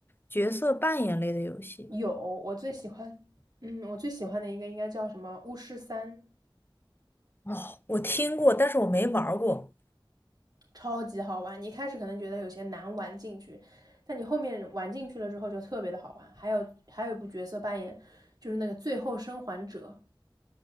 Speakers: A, on the left; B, on the right.
A: 角色扮演类的游戏？
B: 有，我最喜欢，嗯，我最喜欢的一个应该叫什么《巫师三》，
A: 哦，我听过，但是我没玩儿过。
B: 超级好玩。你一开始可能觉得有些难玩进去，但你后面玩进去了之后就特别的好玩。还有还有一部角色扮演，就是那个《最后生还者》，